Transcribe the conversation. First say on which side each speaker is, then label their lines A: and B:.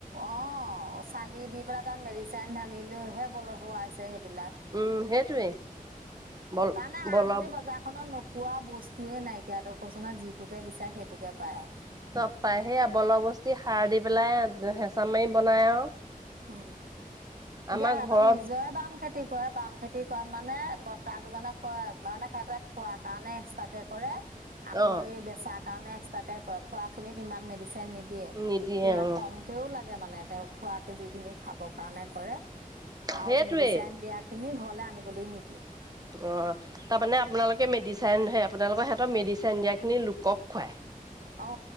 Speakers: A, on the right; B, on the right.
A: অ', চালি দি পেলাই তাত মেডিচাইন ঢালিলৈহে বল হুৱাইছে সেইবিলাক।
B: উম, সেইটোৱে ব-বল
A: তাৰমানে হাৰামতি বজাৰখনত নোপোৱা বস্তুয়ে নাইকিয়া ত কৈছো ন যিটোকে বিচাৰে সেইটোকে পাই আৰু।
B: চব পাই সেই বল বস্তি সাৰ দি পেলাই হেঁচা মাৰি বনাই আৰু।
A: উম, এতিয়া
B: আমাৰ
A: সিহঁতৰ
B: ঘৰত
A: নিজৰে বাম খেতি খেতি কৰে বাম খেতি কৰাত মানে ব্তাকজনে কয় মানে খহতে খোৱা কাৰণে এক্সট্ৰাক কে কৰে। আকৌ
B: অ
A: বেচাৰ কাৰণে এক্সট্ৰাকে কৰে খোৱা খিনিত ইমান মেডিচিন নি দিয়ে সেয়া
B: নিদিয়ে অ
A: কমকেও লাগে মানে তেওঁ খোৱাকে যিখিনি খাবৰ কাৰণে কৰে। আৰু
B: সেইটোৱে
A: মেডিচাইন দিয়াখিনি ঘৰলে আনিবলৈ নিদিয়ে।
B: অ'। তাৰমানে আপোনালোকে মেডিচাইন সেই আপোনালোকৰ সিহঁতৰ মেডচিন দিয়াখিনি লোকক খুৱায়
A: অ